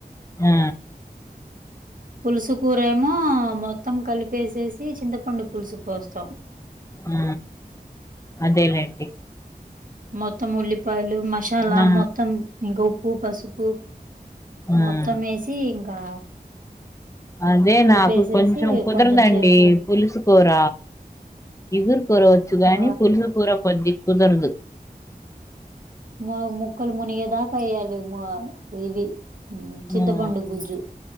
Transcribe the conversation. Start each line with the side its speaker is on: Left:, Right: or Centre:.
Left: ఆ
Right: పులుసు కూర ఏమో మొత్తం కలిపేసేసి చింతపండు పులుసు పోస్తాం
Left: ఆ అదేలేండి
Right: మొత్తం ఉల్లిపాయలు మసాలా
Left: నా
Right: మొత్తం ఇంకా ఉప్పు పసుపు
Left: ఆ
Right: మొత్తం వేసి ఇంకా
Left: అదే
Right: కలిపేసేసి
Left: నాకు కొంచెం కుదరదండి
Right: కొంచెం సేపు
Left: పులుసు కూర ఇగురు కూరవచ్చు గానీ
Right: ఆ
Left: పులుసు కూర కొద్ది కుదరదు
Right: ము ముక్కలు మునిగదాకా ఎయ్యాల ఇ ఇవి ఉ చింతపండు
Left: మ్మ్
Right: గుజ్జు